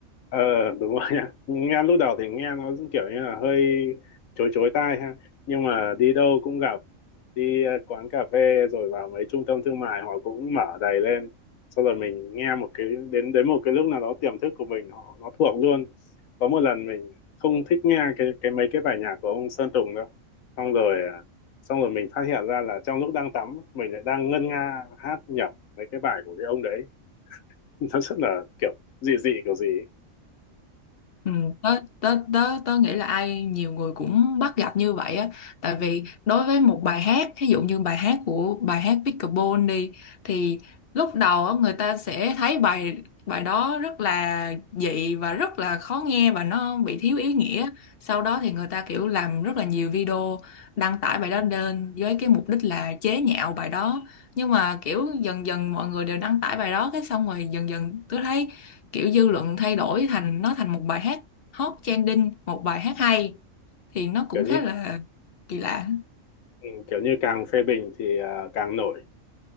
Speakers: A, on the left; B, on the left.
A: ờ đúng rồi nha nghe lúc đầu thì nghe nó kiểu như là hơi chối chối tai ha nhưng mà đi đâu cũng gặp đi ờ, quán cà phê rồi vào mấy trung tâm thương mại họ cũng mở đầy lên sau rồi mình nghe một cái đến đến một cái lúc nào đó tiềm thức của mình họ nó thuộc luôn có một lần mình không thích nghe cái cái mấy cái bài nhạc của ông Sơn Tùng đâu xong rồi ờ, xong rồi mình phát hiện ra là trong lúc đang tắm mình lại đang ngân nga hát nhẩm mấy cái bài của cái ông đấy <laughs> nó rất là kiểu dị dị kiểu gì ấy.
B: Ừ, tớ, tớ, tớ, tớ nghĩ là ai nhiều người cũng bắt gặp như vậy á tại vì đối với một bài hát ví dụ như bài hát của bài hát Pickleball đi thì lúc đầu á, người ta sẽ thấy bài bài đó rất là dị và rất là khó nghe và nó bị thiếu ý nghĩa sau đó thì người ta kiểu làm rất là nhiều video đăng tải bài đó lên với cái mục đích là chế nhạo bài đó nhưng mà kiểu dần dần mọi người đều đăng tải bài đó cái xong rồi dần dần tôi thấy kiểu dư luận thay đổi thành nó thành một bài hát hot trending một bài hát hay thì nó cũng
A: kiểu như
B: khá là kỳ lạ
A: Ừ, kiểu như càng phê bình thì à, càng nổi